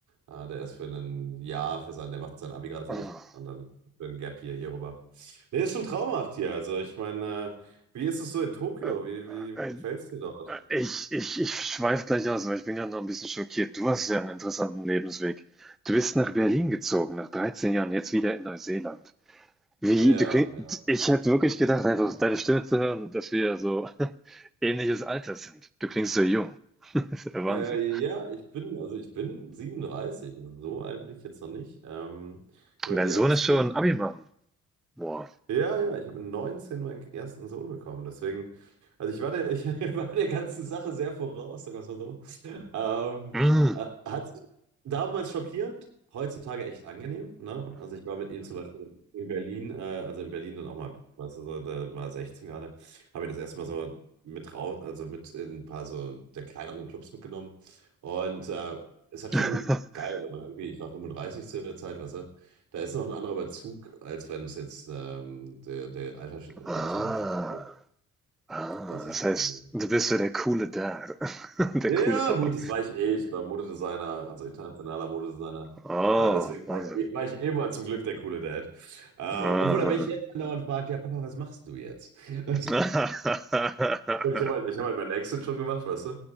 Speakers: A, on the right; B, in the centre.
A: Äh, der ist für ein Jahr, für sein, der macht sein Abi gerade fertig
B: Oh,
A: und dann für ein Gap hier, hier rüber. Nee, ist schon traumhaft hier. Also, ich meine, äh, wie ist es so in Tokio?
B: äh,
A: Wie, wie,
B: äh,
A: wie gefällt es dir dort?
B: Äh, Ich, ich, ich schweife gleich aus, weil ich bin gerade noch ein bisschen schockiert. Du hast ja einen interessanten Lebensweg. Du bist nach Berlin gezogen, nach 13 Jahren, jetzt wieder in Neuseeland. Wie,
A: Ja,
B: du kling,
A: ja.
B: ich hätte wirklich gedacht, einfach deine Stimme zu hören, dass wir so <laughs> ähnliches Alter sind. Du klingst so jung. <laughs> Das ist der Wahnsinn.
A: Äh, ja, ich bin, also ich bin siebenunddreißig, So alt bin ich jetzt noch nicht. Ähm, aber
B: Und dein
A: wie
B: Sohn
A: alt bist
B: ist
A: du?
B: schon Abi machen. Boah.
A: Ja, ja, ich habe mit 19 meinen ersten Sohn bekommen. Deswegen, also ich war der, ich <laughs> war der ganzen Sache sehr voraus, sagen wir es mal so. Ähm,
B: Mm.
A: äh, hat Damals schockierend, heutzutage echt angenehm. Ne? Also ich war mit ihm zum Beispiel in Berlin, äh, also in Berlin dann auch mal, weißt du, so, da war 16 gerade, habe ich das erste Mal so mit raus, also mit in ein paar so der kleineren Clubs mitgenommen. Und äh, es hat schon
B: <laughs>
A: geil, wenn man irgendwie, ich war 35 zu der Zeit, weißt du, da ist noch ein anderer Bezug, als wenn es jetzt ähm, der, der Alters, Altersunterschied
B: Ah,
A: ist.
B: ah,
A: Das ist
B: das
A: schon
B: heißt,
A: angenehm.
B: du bist so der coole Dad, <laughs> der
A: Ja,
B: coole
A: ja,
B: Papa.
A: gut, das war ich eh. Ich war Modedesigner, also internationaler Modedesigner.
B: Oh,
A: Ah, deswegen
B: Wahnsinn.
A: war ich, eh- war ich eh mal zum Glück der coole Dad. Ähm,
B: Ah.
A: obwohl er mich jetzt andauernd fragt, ja, Papa, was machst du jetzt? <laughs>
B: <laughs>
A: Und ich habe halt, ich hab halt meinen Exit schon gemacht, weißt du?